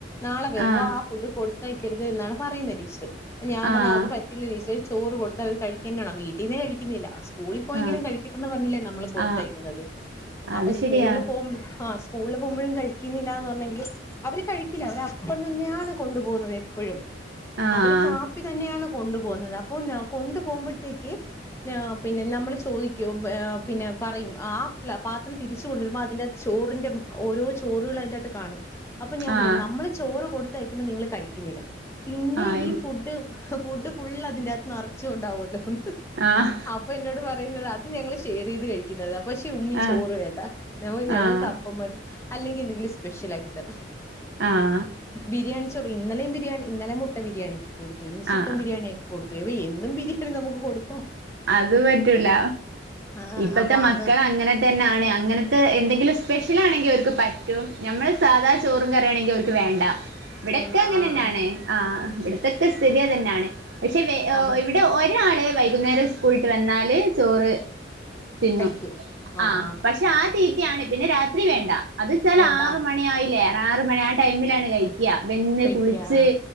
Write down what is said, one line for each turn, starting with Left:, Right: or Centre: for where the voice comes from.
Left: നാളെ വരുമ്പോ
Right: ആഹ്
Left: ആ ഫുഡ് കൊടു കരുത് ന്നാണ് പറയുന്ന് ടീച്ചർ അപ്പൊ ഞാ പർഞ്ഞു
Right: ആഹ്
Left: അ ച്ചറെ ചോറ് കൊടുത്ത അവര് കഴിക്കന്നെണം വീട്ടീന്നെ കഴിക്കുന്നില്ല സ്കൂളി പോയെങ്കിലും
Right: ആഹ്
Left: കഴിക്കട്ടന്ന് പറഞ്ഞല്ലേ നമ്മള് കൊടുത്തയക്കുന്നത്
Right: ആഹ്
Left: അപ്പൊ
Right: അത്
Left: സ്കൂളിൽ
Right: ശരിയാ
Left: പോകുമ്പോ ആ സ്കൂ സ്കൂളിപോകുമ്പോഴും കഴിക്കുന്നില്ല ന്ന് പറഞ്ഞെങ്കില് അവര് കഴിക്കില്ല അവര് അപ്പം തന്നെയാണ് കൊണ്ടു പോകുന്നത് എപ്പോഴും
Right: ആഹ്
Left: അവര് കാപ്പി തന്നെയാണ് കൊണ്ടു പോകുന്നത് അപ്പൊ ഞ കൊണ്ടു പോകുമ്പോഴത്തേക്ക് പിന്നെ അ പിന്നെ നമ്മൾ ചോദിക്കും ആ പിന്നെ പറയും ആ് പാത്രം തിരിച്ച കൊണ്ടുവരുമ്പോ അതിന്റെ ചോ ചോറിൻ്റെ ഓരോ ചോറോള് അതിൻ്റകത്ത് കാണും അപ്പൊ ഞാൻ പറയുന്നു
Right: ആഹ്
Left: നമ്മള് ചോറ് കൊടുത്തയക്കുമ്പോ നിങ്ങള്ൾ കഴിക്കുന്നില്ല പിന്നെ
Right: ആഹ്
Left: ഈ ഫുഡ് ഫുഡ് ഫുൾ അതിന്റെകത്ത് നിറച്ചുകൊണ്ടാവുമല്ലോന്ന്
Right: ആഹ്
Left: അപ്പൊ എന്നോട് പറയുന്നത് അത് ഞങ്ങള് ചറിയ്ത് കഴിക്കുന്നത് പക്ഷേ ഉമ്മി
Right: ആഹ്
Left: ചോറ് വേണ്ട മ്മ ഞങ്ങൾക്ക്
Right: ആഹ്
Left: അപ്പമാതി അല്ലെങ്കിൽ എന്തെിലും സ്പെശ്യാൽ ആക്കി തരണം.
Right: ആഹ്
Left: ബിരിയാണി ബിരിണി ഇന്നലെ മുട്ട ബിരിയാണിക്ക് കൊടുത്തു
Right: ആഹ്
Left: ക്ക ബിരിയാണിയക്ക കൊടുത്തു അ എന്നും ബിയാണി നമുക്ക് കൊടു
Right: അത് പറ്റൂല
Left: ആഹ്
Right: ഇപ്പഴത്തെ
Left: അപ്പൊ
Right: മക്കൾ
Left: അത്
Right: അങ്ങനെ തന്നൊണ് അങ്ങനത്തെ എന്തെങ്കിലും സ്യ ലാണെങ്കിൽ അവർക്ക് പറ്റും നമ്മൾ സാധാ ചോറും കറി ആണെങ്കിൽ അവർക്ക് വേണ്ട ഇവിടൊക്കെ
Left: വേണ്ട
Right: അങ്ങനെ
Left: ആഹ്
Right: തന്നെയാണ്
Left: ആഹ്
Right: ആ ഇവിടത്തക്കെ സ്ഥിതി അതന്നെയാണ് പക്ഷെ
Left: അവ
Right: ഇവിടെ ഒരാളെ വൈകുന്നേരം സ്കൂളട്ട് വന്നാല് ചോറ് തിന്നു
Left: കഴിക്കും ആഹ്
Right: ആ
Left: ആഹ്
Right: പക്ഷെ ആ തീറ്റയാണ് പിന്നെ രാത്രി വേണ്ട അത് വെച്ചാൽ
Left: വേണ്ട
Right: ആറ മണി ആയില്ലേ ആറ മണി ആ ടൈമിലാണ് കഴിക്കും വെന്ന്
Left: കഴിക്ക
Right: കുളിച്ച്
Left: ആഹ്